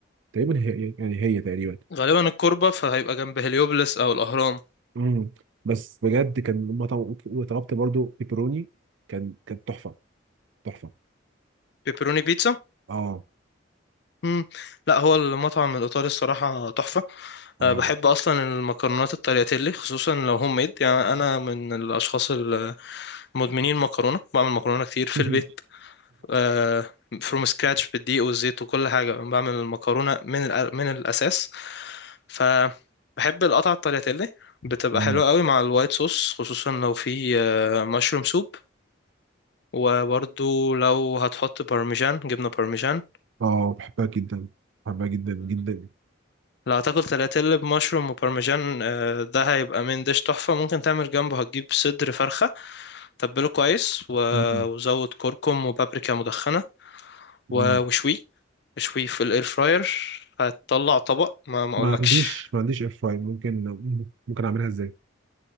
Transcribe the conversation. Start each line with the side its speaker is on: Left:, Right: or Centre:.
Right: تقريبا هي يعني هي تقريبا
Left: غالبا الكوربة فهيبقى جنب هليوبلس او الاهرام
Right: مم. بس بجد كان لما طو- طلبت برضو بيبروني كان كانت تحفه تحفه
Left: بيبروني بيتزا
Right: اه
Left: مم. لا هو المطعم الإيطالي الصراحة تحفة
Right: اه
Left: أه بحب أصلا المكرونات الترياتيلي خصوصا لو هوم ميد يعني أنا من الأشخاص المدمنين مكرونة بعمل مكرونة كتير في
Right: <laughs>
Left: البيت أه فروم سكراتش بالدقيق والزيت وكل حاجة بعمل المكرونة من الأ- من الأساس فبحب القطع الترياتيلي بتبقى
Right: مم.
Left: حلوة قوي مع الوايت صوص خصوصا لو في مشروم سوب وبرضو لو هتحط بارميجان جبنة بارميجان
Right: اه بحبها جدا بحبها جدا جدا
Left: لو هتاكل تلاتيل بمشروم وبارميجان آه، ده هيبقى من ديش تحفة ممكن تعمل جنبه هتجيب صدر فرخة تبله كويس و-
Right: مم.
Left: وزود كركم وبابريكا مدخنة
Right: مم.
Left: و- وشويه اشويه في الاير فراير هتطلع طبق ما ما
Right: ما
Left: اقولكش
Right: عنديش ما عنديش اير فراير ممكن ممكن اعملها ازاي